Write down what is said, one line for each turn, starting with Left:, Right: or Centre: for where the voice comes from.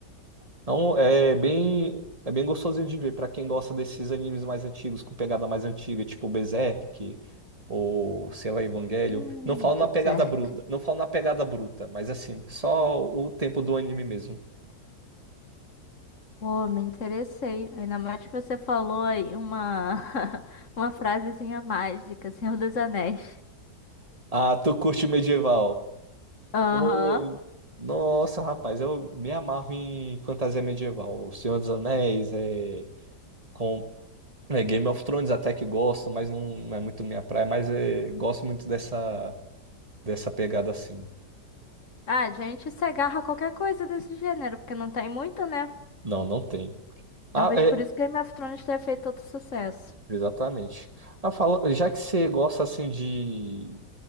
Right: Então, é bem, é bem gostosinho de ver para quem gosta desses animes mais antigos, com pegada mais antiga, tipo Berserk ou, sei lá, Evangelho
Left: Hum,
Right: Não falo
Left: deserto.
Right: na pegada bruta, não falo na pegada bruta, mas assim, só o tempo do anime mesmo.
Left: oh me interessei. Ainda mais que você falou aí uma, <laughs> uma frasezinha mágica, Senhor dos Anéis.
Right: Ah, tu curte medieval?
Left: Aham.
Right: Pô, nossa, rapaz, eu me amarro em fantasia medieval. O Senhor dos Anéis, é, com, é, Game of Thrones até que gosto, mas não, não é muito minha praia, mas é, gosto muito dessa, dessa pegada assim.
Left: Ah, a gente se agarra a qualquer coisa desse gênero, porque não tem muito, né?
Right: Não, não tem.
Left: Talvez
Right: Ah, é,
Left: por isso que Game of Thrones tenha feito tanto sucesso.
Right: exatamente. Ah, fala- já que você gosta assim de,